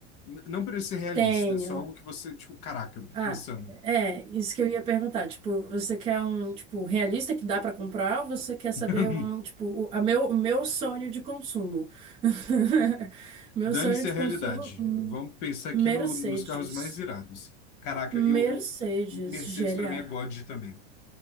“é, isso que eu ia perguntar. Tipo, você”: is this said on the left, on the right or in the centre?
Right